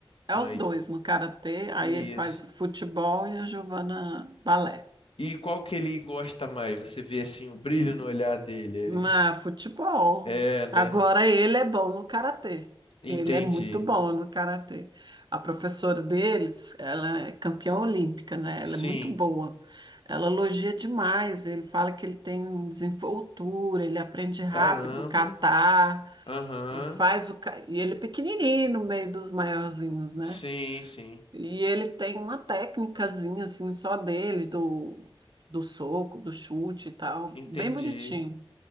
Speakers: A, on the right (about 50°); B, on the left (about 65°).
A: é
B: ah,
A: os
B: aí,
A: dois no karatê, aí
B: isso?
A: ele faz futebol e a Giovana balé.
B: E qual que ele gosta mais? Você vê assim o brilho no olhar dele.
A: Ah, futebol.
B: É, É, né?
A: Agora ele é bom no karatê.
B: Entendi.
A: Ele é muito bom no karatê. A professora deles, ela é campeã olímpica, né?
B: Sim.
A: Ela é muito boa. Ela elogia demais. Ele fala que ele tem desenvoltura, ele aprende rápido,
B: Caramba.
A: o catar,
B: Aham.
A: ele faz o ca- e ele é pequenininho no meio dos maiorzinhos, né?
B: Sim, sim.
A: E ele tem uma técnicazinha assim só dele do do soco, do chute e tal,
B: Entendi.
A: bem bonitinho.